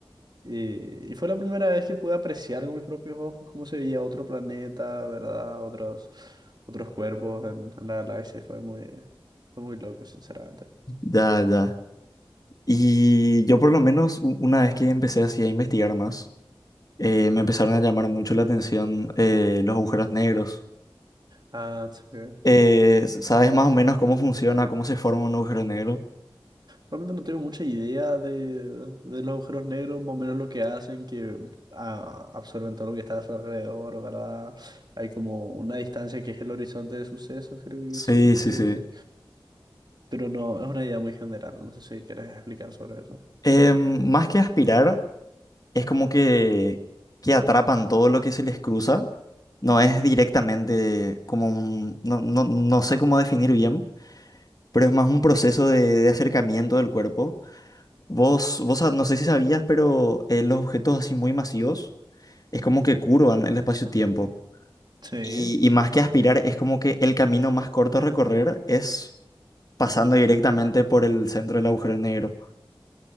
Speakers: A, on the right; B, on the left.
A: y, y fue la primera vez que pude apreciar con mis propios ojos cómo se veía otro planeta, ¿verdad? Otros, otros cuerpos en, en la galaxia y fue muy, fue muy loco, sinceramente.
B: Ya, ya. Y yo por lo menos u- una vez que empecé así a investigar más, eh, me empezaron a llamar mucho la atención eh, los agujeros negros.
A: Ah, sí.
B: Eh, s- ¿sabes más o menos cómo funciona, cómo se forma un agujero negro?
A: Realmente no tengo mucha idea de, de los agujeros negros, más o menos lo que hacen, que ah, absorben todo lo que está a su alrededor, ¿verdad? Hay como una distancia que es el horizonte de sucesos, creo que
B: Sí,
A: sí,
B: sí,
A: que...
B: sí.
A: Pero no, es una idea muy general, no sé si quieres explicar sobre eso.
B: Em, más que aspirar, es como que, que atrapan todo lo que se les cruza. No es directamente como un, no, no, no sé cómo definir bien, pero es más un proceso de, de acercamiento del cuerpo. Vos, vos sa- no sé si sabías, pero eh, los objetos así muy masivos es como que curvan el espacio-tiempo.
A: Sí,
B: Y, y más que aspirar, es como que el camino más corto a recorrer es pasando directamente por el centro del agujero negro.